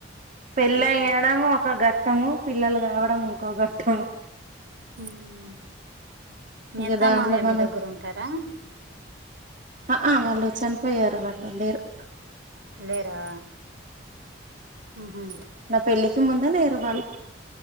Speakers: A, on the right; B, on the right.
A: పెళ్ళయ్యడం
B: ఉమ్
A: ఒక గట్టము పిల్లలు గావడం ఇంకో గట్టము
B: ఉమ్ మీ
A: ఇగ
B: అత్త
A: దాంట్ల
B: మామయ్య
A: మనం
B: మీ దగ్గర ఉంటారా
A: ఆహ వాళ్ళు చనిపోయారు వాళ్ళు లేరు
B: లేరా ఉహు
A: నా పెళ్ళికి ముందే లేరు వాళ్ళు